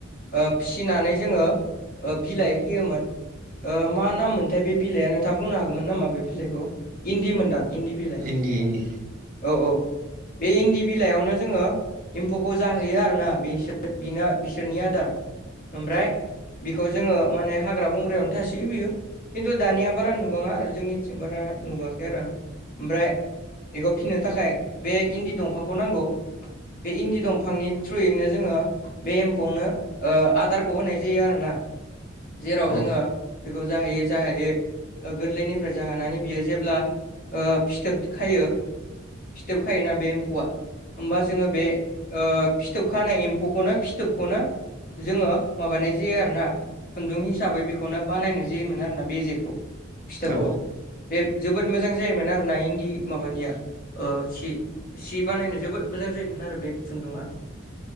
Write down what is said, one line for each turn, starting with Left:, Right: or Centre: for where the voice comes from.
Left: ओ फिनानै जोङो ओ बिलाइ होयोमोन। ओ मा नाम मोनथाय बे बिलाइआ? नोंथा बुंनो हागौमोन नामा बे बिलाइखौ? इन्दि मोनदां। इन्दि बिलाइ
Right: इन्दि इन्दि
Left: औ औ बे इन्दि बिलाइआवनो जोङो एम्फौखौ जाहैयो आरोना बेसो बिना बिसोरनि आदार ओमफ्राय बिखौ जोङो माने हाग्रा बंग्रायावनो थासोयो बियो। खिन्थु दानिया बारा नुबाङा आरो जोंनिथिं बारा नुवाखै आरो आं। ओमफ्राय एखौ फिनो थाखाय बे इन्दि दंफांखौ नांगौ। बे इन्दि दंफांनि थ्रुयैनो जोङो बे एम्फौनो ओ आदारखौ होनाय जायो आरोना जेराव
Right: औ
Left: जोङो बेखौ जाहोयै जाहोयै ओ गोरलैनिफ्राय जाहोनानै बियो जेब्ला ओ फिथोब खायो फिथोब खायोना बे एम्फौआ ओमबा जोङो बे फिथोब खानाय एम्फौखौनो फिथोबखौनो जोङो माबानाय जाया आरोना खुन्दुं हिसाबै बेखौनो बानायनाय जायोमोन आरोना बेजेखौ फिथोबखौ।
Right: औ
Left: बे जोबोद मोजां जायोमोन आरना इन्दि माबानिया ओ सि सि बानायनो जोबोद मोजां जायोमोन आरो बे खुन्दुआ।